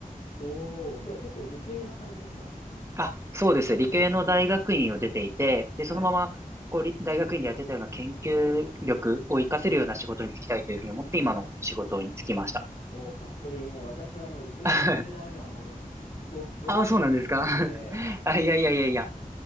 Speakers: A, on the left; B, on the right.
A: おー、じゃあ結構理系な感じですか
B: あ、そうです。理系の大学院を出ていて、
A: はい。
B: で、そのまま、こう、り大学院でやってたような研究力を活かせるような仕事に就きたいというふうに思って、今の仕事に就きました。
A: おー、かっこいい。もう私はもう理系が点でダメな、
B: <laughs>
A: もう、ど、ど文系な人間なんで、
B: あ、そうなんですか <laughs> あ、いやいやいやいや。